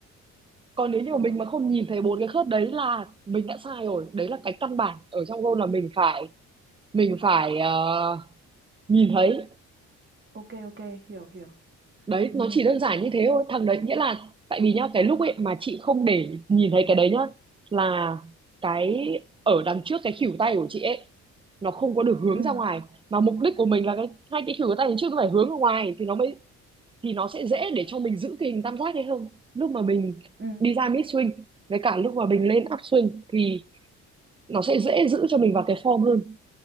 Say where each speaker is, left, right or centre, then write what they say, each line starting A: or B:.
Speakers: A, on the right; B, on the right.
A: còn nếu như
B: ờ.
A: mà mình mà không nhìn thấy bốn cái khớp đấy là mình đã sai rồi đấy là cái căn bản ở trong gôn là mình phải mình phải ờ, nhìn thấy
B: ok ok hiểu hiểu
A: đấy
B: ừ
A: nó chỉ đơn giản như thế thôi thằng đấy nghĩa là tại vì nhá cái lúc ấy mà chị không để nhìn thấy cái đấy nhá là cái ở đằng trước cái khỉu tay của chị ấy nó không có được hướng
B: ừ
A: ra ngoài mà mục đích của mình là cái hai cái khỉu tay đằng trước nó phải hướng ra ngoài thì nó mới thì nó sẽ dễ để cho mình giữ cái hình tam giác ấy hơn lúc mà mình
B: ừ
A: đi ra mid swing với cả lúc mà mình lên up swing thì nó sẽ dễ giữ cho mình vào cái form hơn